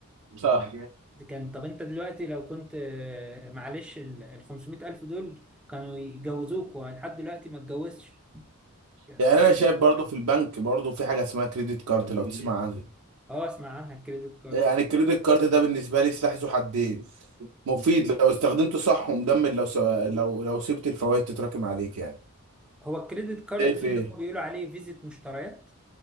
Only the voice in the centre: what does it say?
ده كان طب انت دلوقتي لو كنت آه، معلش ال ال 500 ألف دول كانوا يجوزوك ولحد دلوقتي ما اتجوزش يعني
هو
عايز
يتجوز.
اه اسمع عنها الكريدت كارد
هو الكريدت كارد
ده
اللي هو بيقولوا عليه فيزيت مشتريات